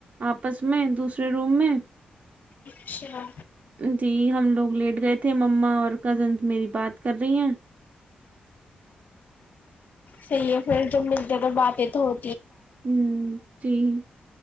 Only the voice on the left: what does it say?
اچھا
صحی ہے پھر جب ملتے توگر باتیں تو ہو